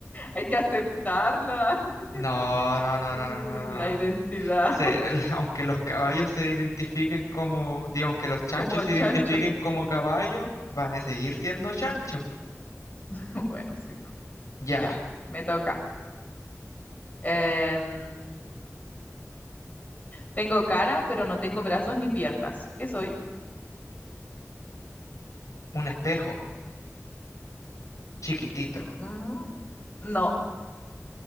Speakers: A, on the left (about 30°); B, on the left (about 85°).
A: Hay que aceptarla <laughs>
B: No, no, no,
A: como
B: no,
A: la
B: no. no, no.
A: identidad
B: no. se- <laughs> aunque los caballos se identifiquen como, digo, aunque los chanchos
A: como el
B: se
A: chancho.
B: identifiquen como caballos, van a seguir siendo chanchos.
A: <laughs> Bueno, sí, po.
B: Ya,
A: Ya, me toca. Em, tengo cara, pero no tengo brazos ni piernas. ¿Qué soy?
B: un espejo, chiquitito.
A: Mm, No,